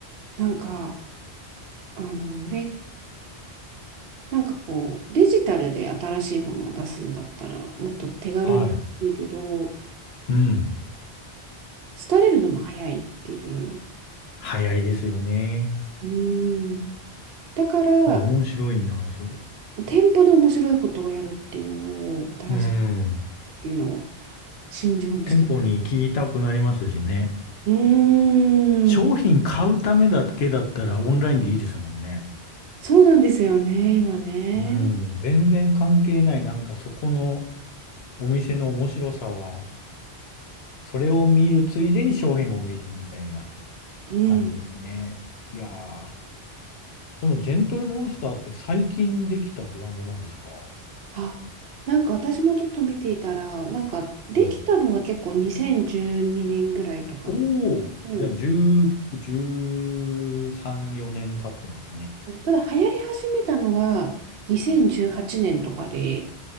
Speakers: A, on the right; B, on the left.
A: なんか、あの、俺、なんかこう、デジタルで新しいものを出すんだったら、もっと手軽にできるけど、
B: はい。うん。
A: 廃れるのも早いっていう。
B: 早いですよね。
A: うーん。だから、
B: わ、面白いな、それ。
A: 店舗で面白いことをやるっていうのを、新しいっ
B: うん。
A: ていうのを信条にして。
B: 店舗に行きたくなりますしね。
A: うーん。
B: 商品買うためだけだったらオンラインでいいですもんね。
A: そうなんですよね、今ね。
B: うん。全然関係ない。なんかそこのお店の面白さは、それを見るついでに商品も見るみたいな
A: うん。
B: 感じですね。いやー、そのジェントルモンスターって最近できたブランドなんですか
A: あ、なんか私もちょっと見ていたら、なんかできたのは結構2012年ぐらいとかの。
B: うんおお、
A: おう
B: じゃあ10、13、4年経ってますね。
A: ただ流行り始めたのは2018年とかで、